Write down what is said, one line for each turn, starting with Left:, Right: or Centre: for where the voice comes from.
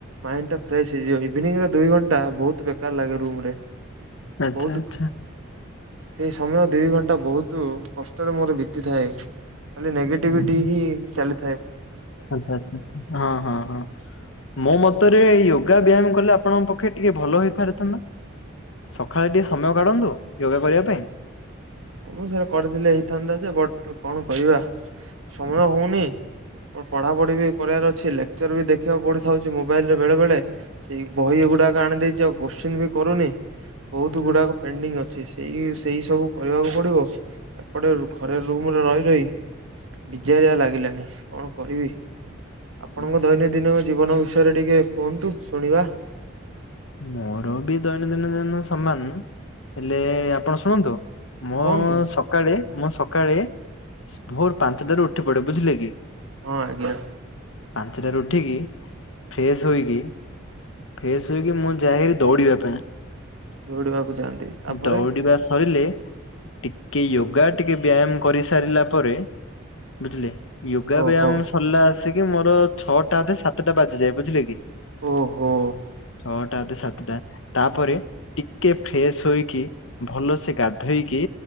Right: ମାଇଣ୍ଡଟା ଫ୍ରେସ ହେଇଯିବ ଇଭିନିଙ୍ଗ ର ଦୁଇ ଘଣ୍ଟା ବହୁତ ବେକାର ଲାଗେ ରୁମ ରେ।
Left: ଆଚ୍ଛା
Right: ବହୁତ
Left: ଆଚ୍ଛା।
Right: ଖ ସେଇ ସମୟ ଦି ଘଣ୍ଟା ବହୁତୁ କଷ୍ଟରେ ମୋର ବିତିଥାଏ। ଖାଲି ନେଗେଟିଭିଟି
Left: ହୁଁ, ହୁଁ।
Right: ହିଁ ଚାଲି
Left: ଆଚ୍ଛା ଆଚ୍ଛା ହଁ ହଁ ହଁ ମୋ ମତରେ ୟୋଗା ବ୍ୟାୟାମ କଲେ ଆପଣଙ୍କ ପକ୍ଷେ ଟିକେ ଭଲ ହୋଇପାରିଥାନ୍ତା? ସକାଳେ ଟିକେ ସମୟ କାଢନ୍ତୁ ୟୋଗା କରିବା ପାଇଁ।
Right: ହଁ ମ ସେୟା କରିଥିଲେ ହେଇଥାନ୍ତା ଯେ ବଟ କଣ କରିବା ସମୟ ହଉନି। ଓ ପଢାପଢି ବି କରିବାର ଅଛି ଲେକ୍ଚର ବି ଦେଖିବାକୁ ପଡିଥାଉଛି ମୋବାଇଲ ରେ ବେଳେ ବେଳେ। ସେଇ ବହି ଗୁଡାକ ଆଣି ଦେଇଛି ଆଉ କୋଶ୍ଚିନ୍ ବି କରୁନି ବହୁତ
Left: ଆଚ୍ଛା।
Right: ଗୁଡାକ ପେଣ୍ଡିଙ୍ଗ ଅ ଛି ସେଇ ସେଇ ସବୁ କରିବାକୁ ପଡିବ ଏପଟେ ରୁ ଘରେ ରୁମରେ ରହି ରହି। ବିଜାରିଆ ଲାଗିଲାଣି କଣ କରିବି? ଆପଣଙ୍କ
Left: ଆଚ୍ଛା।
Right: ଦୈନନ୍ଦିନ ଜୀବନ ବି ବିଷୟରେ ଟିକେ କୁହନ୍ତୁ ଶୁଣିବା?
Left: ମୋର ବି ଦୈନନ୍ଦିନ ଜୀବନ ସମାନ ହେଲେ ଆପଣ ଶୁଣନ୍ତୁ। ମୁଁ
Right: କୁହନ୍ତୁ।
Left: ସକାଳେ ମୁଁ ସକାଳେ ଭୋର ପାଞ୍ଚଟାରୁ ଉଠି ପଡେ। ବୁଝିଲେ କି?
Right: ହଁ ଆଜ୍ଞା।
Left: ପାଞ୍ଚଟା ରୁ ଉଠିକି ଫେଶ ହୋଇକି ଫେଶ ଶୋଇକି ମୁଁ ଯାଏ ଦୌଡିବା ପାଇଁ
Right: ଦୌଡିବାକୁ ଯାଆନ୍ତି ତାପରେ
Left: ଦୌଡିବା ସରିଲେ। ଟିକେ ୟୋଗା ଟିକେ ବ୍ୟାୟାମ କରିସାରିଲା ପରେ ବୁଝିଲେ? ୟୋଗା
Right: ଓହୋ
Left: ବ୍ୟାୟାମ ସରିଲା ଆସିକି ମୋର ଛଅଟା ଅଧେ ସାତଟା ବାଜିଯାଏ। ବୁଝିଲେ କି?
Right: ଓ ହୋ।
Left: ଛଅଟା ଅଧେ ସାତଟା ତାପରେ ଟିକେ ଫ୍ରେଶ ହୋଇକି ଭଲସେ ଗାଧେଇକି